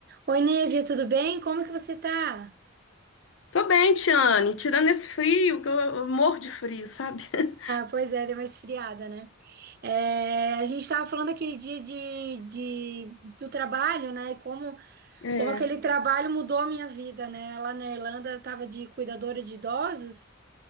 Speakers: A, on the right (about 45°); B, on the left (about 70°).
A: Oi, Nívia, tudo bem? Como que você tá? <laughs>
B: Tô bem, Tiane. Tirando esse frio, que eu eu morro de frio, sabe? <laughs>
A: Pois é, deu uma esfriada, né? É, a gente estava falando aquele dia de, de- do trabalho, né? E como,
B: É,
A: como aquele trabalho mudou a minha vida, né? Lá na Irlanda eu estava de cuidadora de idosos.